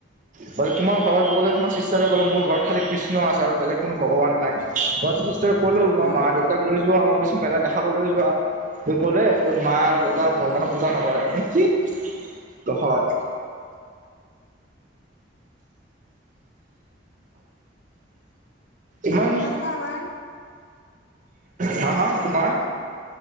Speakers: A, on the right; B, on the left.
A: বাকী তোমাৰ ঘৰত বোলে তোমাৰ চিষ্টাৰে ক'লে মোৰ ঘৰত খালি কৃষ্ণ আছে আৰু বেলেগ কোনো ভগবান নাই <unintelligible> ক'লো মই
B: উম
A: মা দেউতাক লৈ যোৱা <unintelligible> মেলা দেখাবলৈ যোৱা ত' ক'লে মা আৰু দেউতা ভগৱানৰ পূজা নকৰে, মই বোলো কি? তহয় ইমান
B: তাৰমানে আমাৰ
A: হা হা তোমাৰ?